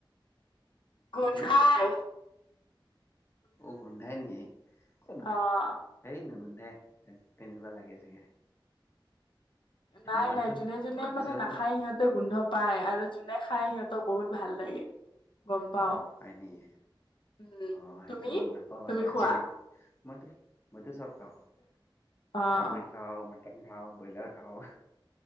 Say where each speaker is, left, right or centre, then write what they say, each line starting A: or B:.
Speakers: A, on the left; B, on the left.
A: গুন্ধাই
B: হম অ গোন্ধাই নেকি কত নেকি
A: অ'।
B: হেই ন গন্ধ দে তেনেকুৱা লাগে চাগে
A: নাই
B: মটন
A: নাই যোনে যোনে মানে
B: চব
A: নাখাই সিহতে গোন্ধ পায় আৰু যোনে খাই সিহঁতক বহুত ভাল লাগে গম পাও
B: হয় নিকি
A: উম,
B: অ সেইটো
A: তুমি
B: গম নাপাওঁ বাৰু
A: তুমি
B: আজিলৈকে
A: খোৱা
B: মইতো মই তো চব খাওঁ
A: অ',
B: গাৱৰি খাওঁ মটন খাওঁ ব্ৰইলাৰ খাও